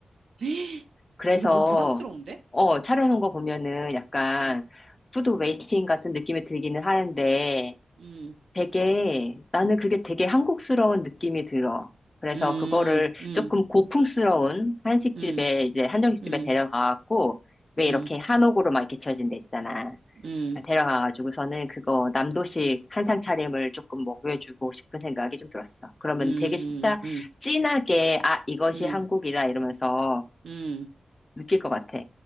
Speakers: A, on the right; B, on the left.
A: <gasps>
B: 그래서
A: 이거 너무 부담스러운데?
B: 어 차려놓은 거 보면은 약간
A: 음,
B: 푸드 웨이스팅 같은 느낌이 들기는 하는데
A: 음,
B: 되게, 나는 그게 되게 한국스러운 느낌이 들어. 그래서
A: 음,
B: 그거를
A: 음,
B: 조금 고풍스러운 한식집에,
A: 음,
B: 이제 한정식집에
A: 음,
B: 데려가갖고, 왜
A: 음,
B: 이렇게 한옥으로 막 이렇게 지어진 데 있잖아.
A: 음,
B: 데려가가지고서는 그거 남도식 한상 차림을 조금 먹여주고 싶은 생각이 좀 들었어. 그러면
A: 음,
B: 되게 진짜
A: 음,
B: 진하게, 아, 이것이
A: 음, 음.
B: 한국이다 이러면서
A: 음.
B: 느낄 것 같아.